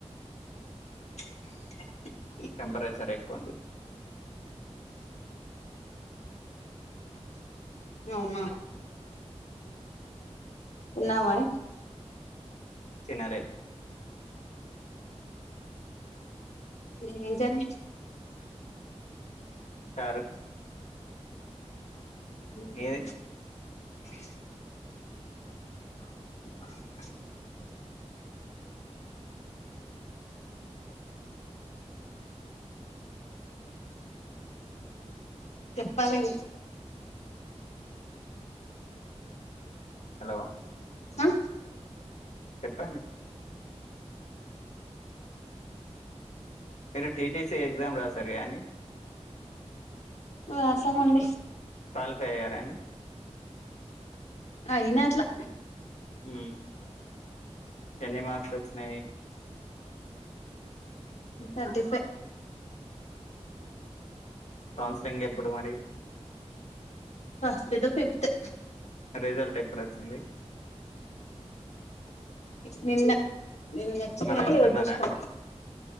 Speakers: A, on the left; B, on the left.
A: అవు
B: టెంపరేచర్ ఎక్కువ ఉంది. ఆ
A: అవునా తిన్నావ మరి
B: తినలే
A: ఏం కరీ
B: సారు
A: ఉహూ
B: మీది
A: అ హ చెప్పాలి
B: హలో
A: ఆ
B: చెప్పండి మీరు టీటీసీ ఎగ్జామ్ రాసారుగాని
A: రాసామండ
B: క్వాలిఫై అయ్యారా అండి
A: ఆ ఇనాట్లా
B: ఉ ఎన్ని మార్క్స్ వచ్చినాయి
A: టోన్టీ
B: కౌన్సలింగ్ ఎప్పుడు మరి
A: ఫస్ట్ టు ఫిఫ్త్
B: రిజల్ట్ ఎప్పుడు వచ్చింది
A: నిన్న నచ్చదు
B: మరి
A: గాని
B: వెళ్తున్నారా
A: ఇది తీసుకో